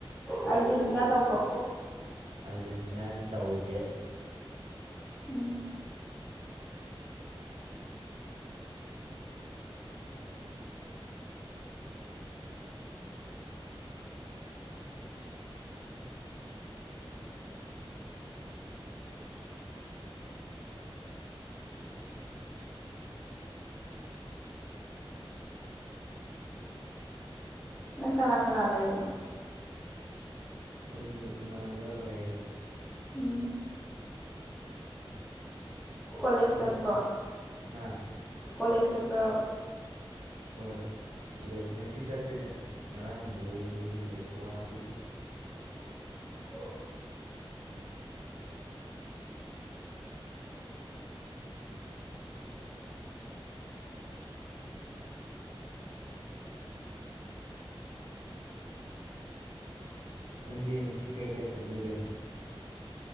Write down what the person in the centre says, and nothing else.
ꯑꯥꯔꯖꯦꯟꯇꯤꯅꯥ ꯇꯧꯕ꯭ꯔꯣ
ꯎꯝ ꯅꯪ ꯀꯅꯥ ꯀꯅꯥ ꯂꯩꯔꯤꯅꯣ
ꯎꯝ ꯀꯣꯂꯦꯖ ꯆꯠꯄ꯭ꯔꯣ
ꯀꯣꯂꯦꯖ ꯆꯠꯄ꯭ꯔꯥ ꯕ
<unintelligible>